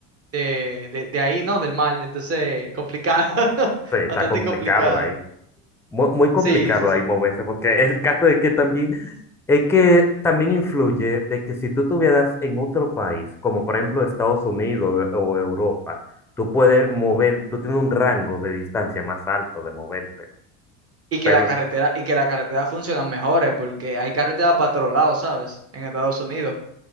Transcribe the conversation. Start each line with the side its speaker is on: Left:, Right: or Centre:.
Right: de, de, de ahí, ¿no? Del mar, entonces, complicado, <laughs>
Centre: Sí, está
Right: bastante
Centre: complicado
Right: complicado.
Centre: ahí, muy, muy complicado
Right: Sí, sí, sí.
Centre: ahí moverse porque el caso de que también, es que también influye de que si tú estuvieras en otro país, como por ejemplo Estados Unidos eh, o Europa, tú puedes mover, tú tienes un rango de distancia más alto de moverte.
Right: Y que
Centre: Pero
Right: la carretera, y que la carretera funcionan mejores, porque hay carreteras para todos lados, ¿sabes? En Estados Unidos.